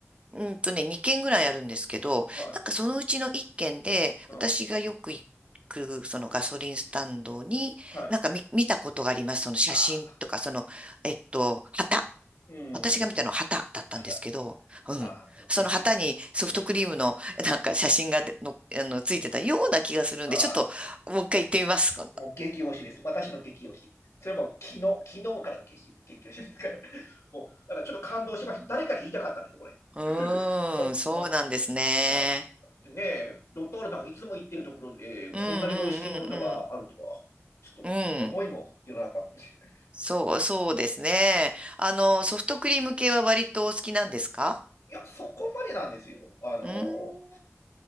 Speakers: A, on the right; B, on the left.
A: うんとね、2軒ぐらいあるんですけど、
B: ー、はい、
A: なんかそのうちの1軒で、
B: うん、
A: 私がよく行く、そのガソリンスタンドに、
B: はい。
A: なんか見、見たことがあります。その写真とか、
B: ああ、
A: その、えっと、旗。
B: うん、
A: 私が見たのは旗だったんですけど、
B: 肌、
A: うん。
B: ああ、もうぜひ、
A: その旗にソフトクリームの、
B: <laughs>
A: なんか写真がでの、あの、ついてたような気がするんで、
B: ああ、
A: ちょっと、もう一回行ってみます。今度
B: もう激推しです。私の激推し。それはもう昨日、昨日からの激、激推しですから。<laughs> もう、だからちょっと感動しました。誰かに言いたかったんですよ、これ。<laughs>
A: うーん、
B: これ、
A: そうなんですね。
B: もう、あでねえ、ドトールなんかいつも言ってるところで、
A: うん、
B: こんなに美味しいものとかあるとは、
A: うん、うん、
B: ちょっと思いもよらなかった。
A: うん。うん。
B: い
A: そう、そうですね。あの、ソフトクリーム系は割とお好きなんですか
B: や、そこまでなんですよ。あの、
A: うーん。